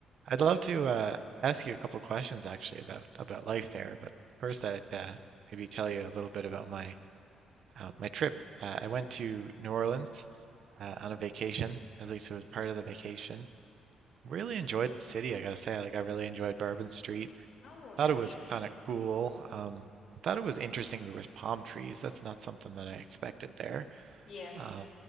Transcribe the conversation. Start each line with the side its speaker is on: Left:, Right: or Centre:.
Right: I'd love to uh, ask you a couple questions actually about about life there. But first, I'd uh, maybe tell you a little bit about my uh, my trip. Uh, I went to New Orleans uh, on a vacation. At least it was part of the vacation. Really enjoyed the city, I gotta say. Like I really enjoyed Bourbon Street.
Left: Oh, nice.
Right: Thought it was kind of cool. Um, thought it was interesting there was palm trees. That's not something that I expected there.
Left: Yeah.
Right: Um,